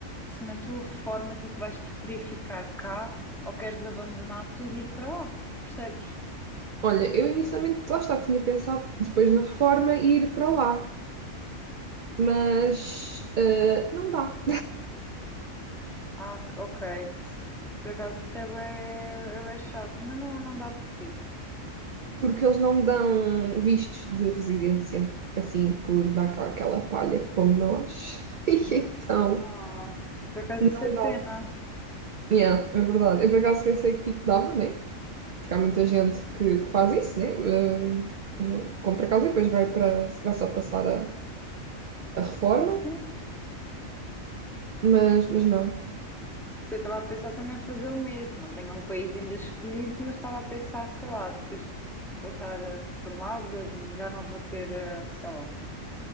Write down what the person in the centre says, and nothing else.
se na tua reforma tipo, vais preferir ficar cá ou queres abandonar tudo e ir para lá, percebes?
Ah, ok, que se- por acaso isso é bué, é bué chato, mas não, não dá porquê.
Ah, por acaso
isso é pena.
Sim, sim.
Porque eu estava a pensar também fazer o mesmo. Não tenho um país ainda escolhido, mas estava a pensar, sei lá, depois vou estar eh, reformada, já não vou ter, eh, sei lá.